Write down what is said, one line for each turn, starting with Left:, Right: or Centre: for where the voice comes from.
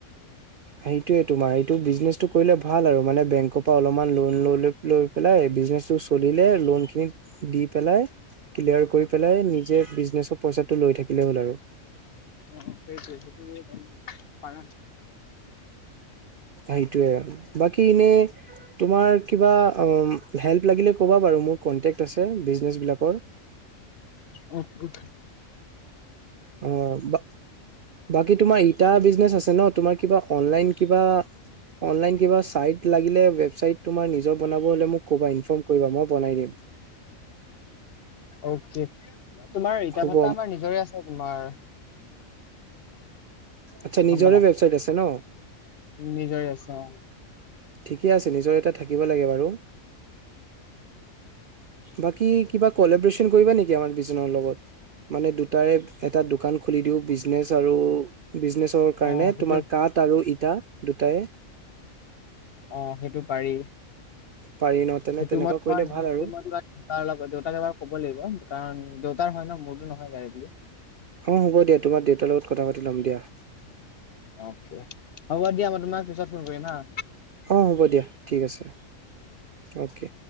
Right: সেইটোয়ে তোমাৰ, এইটো বিজনেচটো কৰিলে ভাল আৰু মানে বেংকৰ পৰা অলপমান লোন লৈ লৈ লৈ পেলাই, বিজনেচটো চলিলে লোণখিনি দি পেলাই ক্লিয়াৰ কৰি পেলাই, নিজে বিজনেচৰ পইচাটো লৈ থাকিলেই হ'ল আৰু।
Left: অ সেইটোযে সেইটো কৰিব পাৰি পাৰা
Right: সেইটোৱে আৰু বাকী ইনেই তোমাৰ কিবা উম হেল্প লাগিলে ক'বা বাৰু, মোৰ কন্টেক্ট আছে বিজনেচ বিলাকৰ।
Left: অঁহ অঁ
Right: অঁ বা বাকী তোমাৰ ই ইটা বিজনেচ আছে ন? তোমাৰ কিবা অনলাইন কিবা অনলাইন কিবা চাইট লাগিলে, ৱেবচাইট তোমাৰ নিজৰ বনাব হ'লে মোক কবা ইনফম কৰিবা, মই বনাই দিম।
Left: অ'কে, তোমাৰ ইটা-ভাটা
Right: হ'ব
Left: আমাৰ নিজৰে আছে, তোমাৰ
Right: আচ্ছা, নিজৰে
Left: গম পালা
Right: ৱেবছাইট আছে ন'?
Left: নিজৰে আছে অঁ।
Right: ঠিকে আছে, নিজৰ এটা থাকিব লাগে বাৰু। বাকী, কিবা কলেবৰেচন কৰিবা নেকি আমাৰ বিজনৰ লগত? মানে দুটাৰে এটা দোকান খুলি দিও বিজনেচ আৰু বিজনেচৰ কাৰণে,
Left: অ সেইটো
Right: তোমাৰ কাঁঠ আৰু ইটা দুটাই
Left: অঁ, সেইটো পাৰি।
Right: পাৰি ন তেনে
Left: সেইটো
Right: তেনেকুৱা
Left: মই
Right: কৰিলে
Left: তোমাৰ <unintelligible>
Right: ভাল আৰু
Left: তাৰ লগত, দেউতাক এবাৰ ক'ব লাগিব, কাৰণ দেউতাৰ হয় ন' মোৰতো নহয় ডাইৰেক্টলি।
Right: অঁ, হ'ব দিয়া, তোমাৰ দেউতাৰ লগত কথা পাতি ল'ম দিয়া।
Left: অ'কে, হ'ব দিয়া, মই তোমাক পিছত ফোন কৰিম হাঁ।
Right: অঁ হ'ব দিয়া, ঠিক আছে, অ'কে।